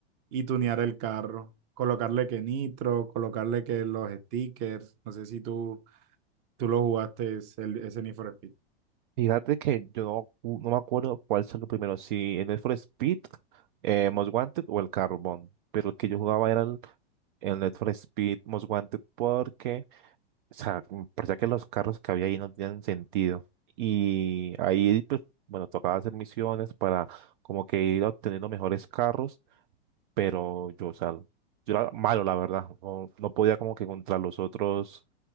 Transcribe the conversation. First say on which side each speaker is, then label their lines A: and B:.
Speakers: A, on the right (about 30°); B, on the right (about 50°).
A: y tunear el carro, colocarle que nitro, colocarle que los stickers, no sé si tú, tú lo jugaste ese el- ese Need for Speed.
B: Fíjate que yo no, ju- no me acuerdo cuál salió primero, si el Need for Speed, eh, Most Wanted o el Carbon. Pero el que yo jugaba era el, el Need for Speed Most Wanted porque O sea, como parecía que los carros que había ahí no tenían sentido. Y ahí, pues, bueno, tocaba hacer misiones para como que ir obteniendo mejores carros, pero yo, o sea, yo era malo, la verdad. No, no podía como que contra los otros,